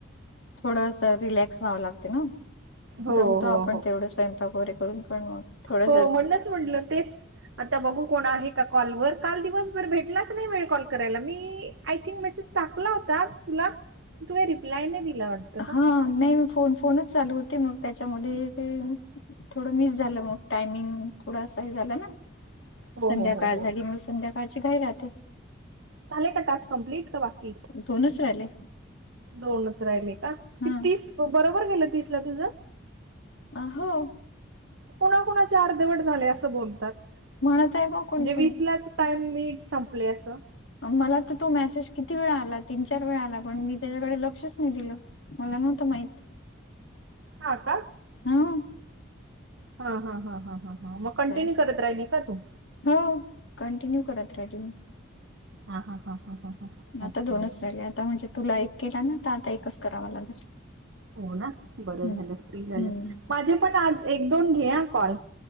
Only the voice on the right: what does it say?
हो
हो
हो
हो म्हणणच म्हटलं तेच. आता बघू कोण आहे का कॉल वर काल दिवस... भेटलाच नाही वेळ कॉल कराला मी आ थिंग मेसेज टाकला होता तुला..... तुम्ही रिप्लाय नाही दिला वाट...
हो हो हो हो
झाले का टास्क कंप्लीट का बाकीत आहेत...
दोनच राहिले का
कि तीस बरोबर गेलं तीस ला तुझ.....
कुणा कुणाचे अर्धवट झाले असं बोलतात म्हणजे
वीसलाच...... टाइम मिनि संपले असं.....
हा का
हा हा ह ह ह ह मग कंटिन्यू
करत राहिली का तू....
हा हा हा हा.......
ओके
ओके
हो ना बरं
झालं फ्री झालं.....
माझे पण आज एक दोन घे या कॉल